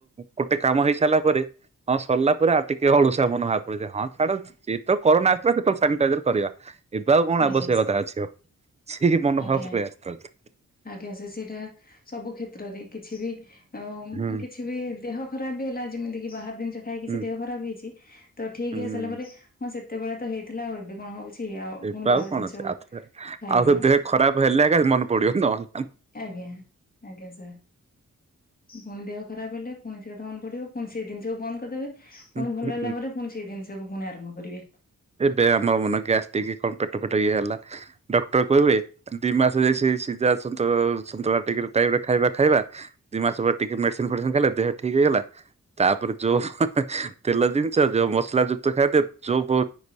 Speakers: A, on the right; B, on the left.
A: ଗୋଟେ କାମ ହେଇ ସାରିଲା ପରେ ହଁ ସରିଲା ପରେ ଆଉ ଟିକେ ଅଳୁସା ମନ ହବା ପଡଥାଏ ହଁ ଛାଡ ଯେତବେ କରୋନା ଆସଥିଲା ସେତେବେଳେ ସାନିଟାଇଜର କରିବା। ଏବେ ଆଉ କଣ
B: ଆଜ୍ଞା
A: ଆବଶ୍ୟକତା
B: ସାର୍
A: ଅଛି ଆଉ। ସେଇ ମନୋଭାବ
B: ଆଜ୍ଞା
A: ପଳେଇ ଆସିଥାଉଛି
B: ଆଜ୍ଞା ସେ ସେଇଟା ସବୁ କ୍ଷେତ୍ରରେ କିଛି ବି ଆଉ
A: ହୁଁ
B: କିଛି ବି ଦେହ ଖରାପ ବି ହେଲା ଯେମିତି କି ବାହାରିନ। ଖାଇକି
A: ହୁଁ
B: ଦେହ ଖରାପ ହେଇଛି ତ ଠିକ
A: ହୁଁ।
B: ହେଇସାରିଲା ପରେ ହଁ କେତେବେଳେ ତ ହେଇଥିଲା ଆଉ ଏବେ କଣ ହଉଛି। ଆଉ
A: ଏବେ
B: କୁଣ ବାହାର
A: ଆଉ କଣ
B: ଜିନିଷ
A: ଅଛି ଆଉଥରେ
B: ଖାଇବା
A: ଆଉ ଦେହ ଖରାପ ହେଲେ ଏକା ମନ ପଡିବ ନହଲେ।
B: ଆଜ୍ଞା ଆଜ୍ଞା ସାର୍। ପୁଣି ଦେହ ଖରାପ ହେଲେ ପୁଣି ସେ କଥା ମନ ପଡିବ ପୁଣି ସେ ଜିନଷକୁ ବନ୍ଦ କରିଦେବେ। ପୁଣି
A: ହୁଁ
B: ଭଲ
A: ହୁଁ।
B: ହେଲା ପରେ ପୁଣି ସେଇ ଜିନିଷକୁ। ପୁଣି ଆରମ୍ଭ କରିବେ।
A: ଏ ବେୟ ଆମ ମାନେ ଗ୍ୟାସ୍ ଟ କଣ ପେଟ। ପଟଏଲା। ଡକ୍ଟର କହିବେ ଦି ମାସ। ସେ ସିା <unintelligible> ତ ସନ୍ତୁଳା ଟିକ ଟାଇମରେ। ଖାଇବା ଖାଇବା ଦି ମାସ ପରେ ଟିକେ ମେଡିସିନ ଫେଡିସିନ ଖାଇଲେ ଦେହ ଠିକ ହେଇଗଲା ତାପରେ ଯୋଉ ତେଲ ଜିନିଷ ଯୋଉ ମସଲା ଯୁକ୍ତ ଖାଇଦି ଯୋଉ ବ